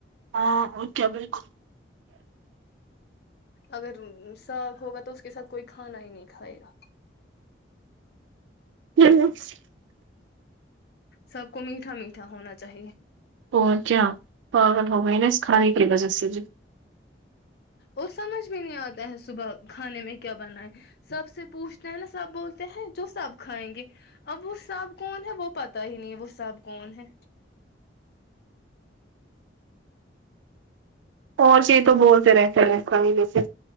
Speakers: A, on the right; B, on the left.
A: ہاں اوکے بالکل
B: اگر ساگ ہوگا تو اس کے ساتھ کوئی کھانا ہی نہیں کھائے گا
A: <unintelligible>
B: سب کو میٹھا میٹھا ہونا چاہیے
A: اور کیا پاگل ہو گئے نا اس کھانے کی وجہ سے ج
B: اور سمجھ بھی نہیں آتا ہے صبح کھانے میں کیا بنائے سب سے پوچھتے ہیں نا سب بولتے ہیں جو سب کھائیں گے اب وہ سب کون ہے وہ پتا ہی نہیں وہ سب کون ہے
A: اور چی تو بولتے رہتے رہس ہیچے